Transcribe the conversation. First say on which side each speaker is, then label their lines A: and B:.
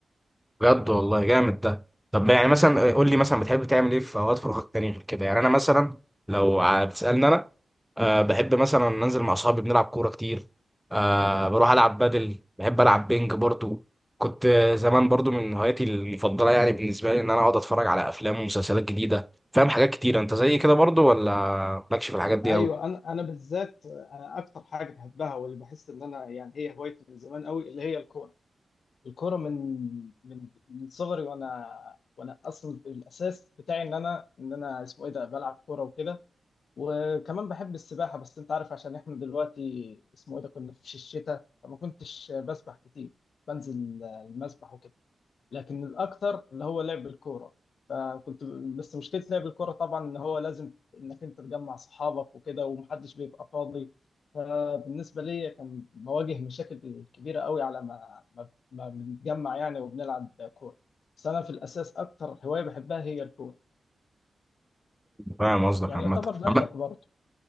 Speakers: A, in the centre; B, on the left.
A: بجد والله جامد ده طب يعني مثلا قول
B: آه.
A: لي مثلا بتحب تعمل ايه في اوقات فراغك تاني غير كده يعني انا مثلا لو هتسالني انا أه بحب مثلا ننزل مع اصحابي بنلعب كوره كتير أه بروح العب بدل بحب العب بينج برضو كنت زمان برضو من هواياتي المفضله يعني بالنسبه لي ان انا اقعد اتفرج على افلام ومسلسلات جديده فاهم حاجات كتير انت زي كده برضو ولا مالكش في الحاجات دي
B: ايوه
A: قوي
B: انا انا بالذات انا اكتر حاجه بحبها واللي بحس ان انا يعني هي هوايتي من زمان قوي اللي هي الكوره الكوره من من من صغري وانا وانا اصلا الاساس بتاعي ان انا ان انا اسمه ايه ده بلعب كوره وكده وكمان بحب السباحه بس انت عارف عشان احنا دلوقتي اسمه ايه ده كنا في الشتاء فما كنتش بسبح كتير بنزل المسبح وكده لكن الاكثر اللي هو لعب الكوره فكنت بس مشكله لعب الكوره طبعا ان هو لازم انك انت تجمع صحابك وكده ومحدش بيبقى فاضي فبالنسبه لي كان بواجه مشاكل كبيره قوي على ما ما, ما بنتجمع يعني وبنلعب كوره بس انا في الاساس اكتر هوايه بحبها هي الكوره
A: فاهم قصدك
B: يعني
A: عامه
B: يعتبر زيك
A: عامة
B: برضه